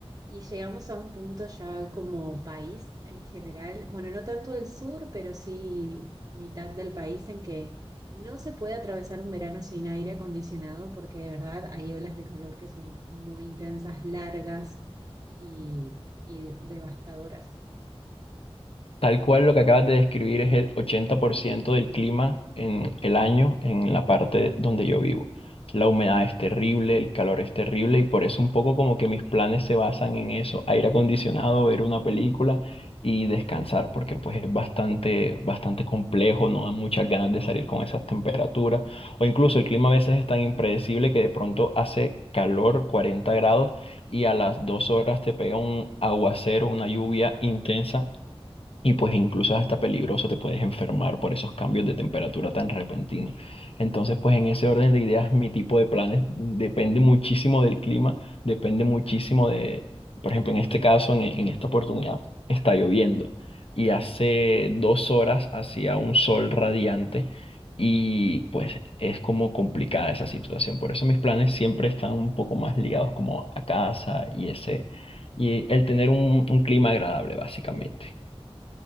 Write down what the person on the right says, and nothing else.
y llegamos a un punto ya como país en general, bueno, no tanto el sur, pero sí mitad del país en que no se puede atravesar un verano sin aire acondicionado porque de verdad hay olas de calor que son muy intensas, largas y, y devastadoras.